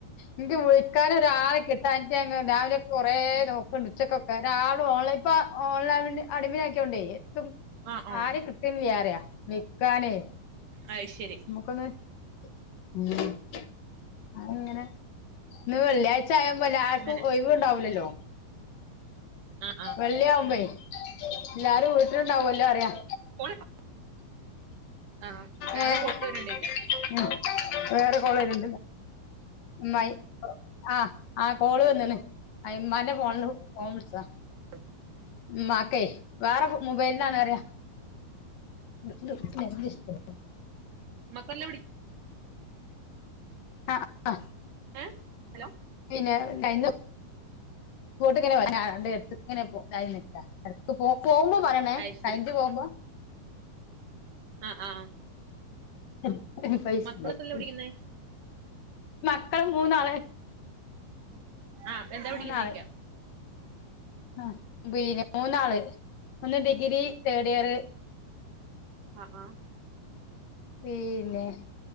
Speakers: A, on the left; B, on the right.
A: എന്ക്ക് വിളിക്കാനൊരാളെ കിട്ടാനിട്ടുഞാൻ രാവിലെ കൊറേ നോക്കണ്ട് ഉച്ചക്കൊക്കെ ഒരാളും ഓൺലൈൻ ഇപ്പ ഓൺലൈനിന് അടിമയായികൊണ്ടേ എത്തും
B: ആഹ് ആഹ്
A: ആര് കിട്ടീന് വ്യാറ നിക്കാനേ
B: അയ് ശരി
A: <unintelligible> ഉം അയിങ്ങനെ ഇന്നു വെള്ളിയാഴ്ചയായപ്പോ എല്ലാർക്കും
B: അങ്ങനെ
A: ഒഴിവുണ്ടാവൂല്ലല്ലോ
B: ആ ആ
A: വെള്ളിയാകുമ്പേ എല്ലാരും വീട്ടിലുണ്ടാവുമല്ലോ അറിയാം
B: <unintelligible> ആഹ് വേറെ
A: ഏഹ്
B: കോൾ വരുണ്ടരിക്ക്
A: ഉം വേറെ കൊളുവരണു <unintelligible> ആഹ് ആഹ് കോള് വന്നണ് ഉമ്മാന്റെ ഫോണില് ഫോൺ വിളിച്ചതാ
B: <inaudible>
A: ഉമ്മാക്കേ വേറെ മൊബൈലന്നാണറിയാ <unintelligible>
B: മക്കെല്ലെവിടെ
A: ആ ഹാ
B: ഏ ഹലോ
A: പിന്നെന്ന്ട്ട് ഇങ്ങനെ വണ്ട്ടു ഇങ്ങനെ നിക്ക ഉം പോ പോവുമ്പോ പറയണേ
B: അയ്ശരി
A: കഴിഞ്ച് പോവുമ്പോ
B: ആ ആ
A: <unintelligible>
B: മക്കളൊക്കെല്ലേ പഠിക്കുന്നേ
A: മക്കള് മൂന്നാള്
B: ആ എന്താ
A: മൂന്നാള്
B: പഠിക്കുന്നേചോയ്ക്കാം
A: ആഹ് മൂന്നാള് ഒന്ന് ഡിഗ്രി തേർഡ് ഇയർ
B: ആഹ് ആഹ്
A: പിന്നെ